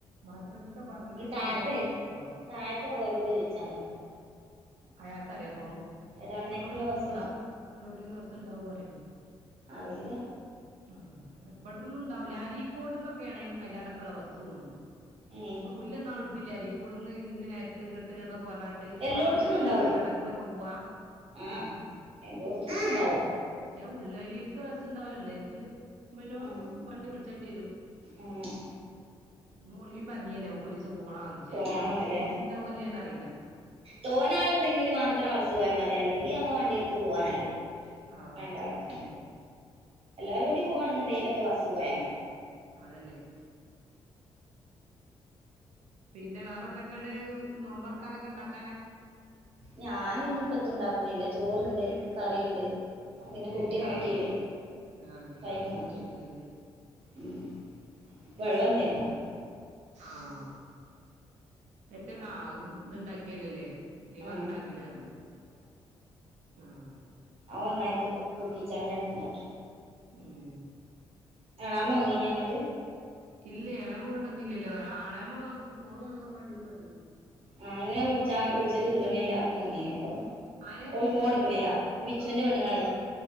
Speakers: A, on the right; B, on the right.
A: മദ്രസക് പറഞ്ഞയ്ച്
B: ഈ താഴത്തെ
A: ഉടനെ പോണം
B: താഴത്തെ ഓരോട് ചോയ്ച്ചാ മതി
A: അയാൾക്കറിയപ്പൊ
B: എടവണ്ണേക്കുള്ള
A: കൊണ്ടോട്ടിന്നൊന്ന്
B: ബസ്സാണ്
A: ണ്ട കൊണ്ടോട്ടിന്ന് ബസ്ണ്ടാവൊ അറ്യോ
B: അറീല്ല
A: ആ ഇവിട്ന്നൊന്നും ണ്ടാവൂല അരീക്കോട്ന്നൊക്കെയാണ് അയിലാണ്ടൊക്കള്ള ബസ്സോവ്ന്നെ
B: ഏ
A: ഇപ്പൊ മുല്ലെന്നാള് വിട്ടിലെ അരീകോട്ന്ന് ഇന്ന നേരത് ങ്ങട്ട് ന്നൊക്കെ പർഞ്ഞാട്ട്
B: എല്ലോടത്തൊന്നും
A: ആ ബസ് സിനല്ലേ
B: ഉണ്ടാവോ
A: പ്പൊ എടവണ്ണകൂടെ പോവാ
B: ആ എല്ലോടത്തൊന്നും ഉണ്ടാവും
A: ക്ഷേ ഉള്ളേരിക്ക് ബസ്സുണ്ടാവ്ല ലേക്ക് പിന്നെ
B: ഉം
A: വണ്ടി വിള്ചെണ്ടിരും
B: ഉം
A: മോളിവിം പറഞ്ഞിനല്ലോ നമുക്ക്ക്കൊരീസം പോണന്ന്ച്ചേ
B: പോണംന്നല്ലേ
A: ഒളിവ്ണ്ടാവോ ല്ലേന്ന് അറിയില്ല
B: തോനാള്ണ്ടെങ്കിൽ മാത്രം ബസ് പോയാമതി അല്ലെങ്കി അമ്മ വണ്ടി എടുത്ത് പോവാാനല്ലേ
A: ആ
B: വേണ്ടാളൊക്കെയാണ് എല്ലാരും കൂടി പോണെന്നണ്ടങ്കിലൊക്കെ ബസ്സ് പോയാൽ മതി
A: അതന്നെ പിന്നെ വേറെ എന്തൊക്കെയണ്ട് നോമ്പർക്കാനൊക്കെ ഉണ്ടാക്ക
B: ഞാനിഞ്പ്പത്തും ണ്ടാക്ണില്ല ചോറ്ണ്ട് കറിണ്ട് ആ പിന്നെ
A: ഏ
B: കുട്ടി നോറ്റിലെ
A: ആ ആ എനിക്ക്
B: ടൈമ
A: പിന്നെ
B: നോറ്റി
A: ആവശ്യമില്ലല്ലേ
B: ഉം വെള്ളം ന്തേ ണ്ടാക്കണം
A: ആഹ എത്ര ആ ഇത്ണ്ടാക്കിയല്ലോല്ലേ ലിവർ
B: ആഹ്
A: ഉണ്ടാക്കീണ് പർഞ് ആഹ
B: ആഓന്നായിട്ട് കുൂക്കി ചാണ്ടാണ്ട് ണ്ടാക്കി
A: ഉം
B: എളാമ്മ വന്നീന്യോ അങ്ങട്ട്
A: ഇല്ലേ എളേമങ്ങട്ട് വന്നില്ലല്ലോ ആ എളേമോ ഫോൺ വാങ്ങാൻ വാണ്ടി ങ്ങട്ട് വന്നിനി
B: ആഹ ഇങ്ങനെ വിള്ച്ച വിള്ച്ചിട്ട് കിട്ട്ണില്ലാർഞ് വന്നീനി അപ്പം
A: ആരെ
B: ഓള് ഫോൺ
A: അമ്മീനെ
B: ഇട്ക്ക്ണില്ല ച്ചുന്റെ പെണ്ണ്ങ്ങളെ